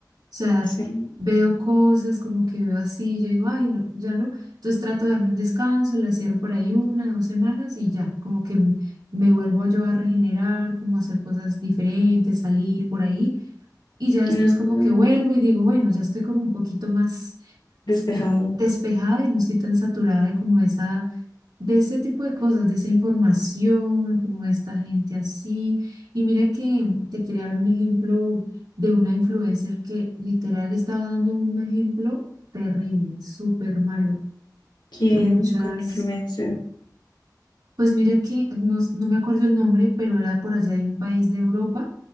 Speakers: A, on the right (about 65°); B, on the left (about 80°).
A: sea,
B: Sí.
A: veo cosas como que veo así, yo digo, ay, no, ya no. Entonces trato de darme un descanso, la cierro por ahí una, dos semanas y ya, como que m- me vuelvo yo a regenerar, como a hacer cosas diferentes, salir por ahí y ya después
B: Ah,
A: como que vuelvo y digo, bueno, ya estoy como un poquito más
B: Despejado.
A: s- despejada y no estoy tan saturada de como esa de ese tipo de cosas, de esa información, como de esta gente así. Y mira que mm, te quería dar un ejemplo de una influencer que literal estaba dando un ejemplo terrible, súper malo,
B: ¿Quién?
A: que muchas,
B: ¿Cuál influencer?
A: pues mira que no, no me acuerdo el nombre, pero era por allá de un país de Europa,